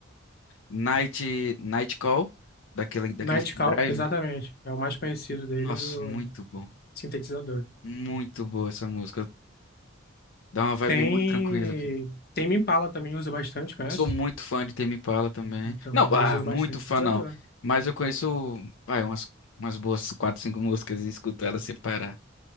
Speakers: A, on the left; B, on the left.
A: Night, Night Call, daquele, daquele
B: Nightcall,
A: filme Drive.
B: exatamente, é o mais conhecido dele,
A: Nossa,
B: do
A: muito bom.
B: sintetizador.
A: Muito boa essa música. Dá uma vibe
B: Tem,
A: muito tranquila, cara.
B: Tame Impala também usa bastante, conhece?
A: Sou muito fã de Tame Impala também.
B: Então,
A: Não,
B: ele
A: ah,
B: usa
A: muito
B: bastante
A: fã
B: sintetizador.
A: não. Mas eu conheço, vai, umas, umas boas quatro, cinco músicas e escuto elas sem parar.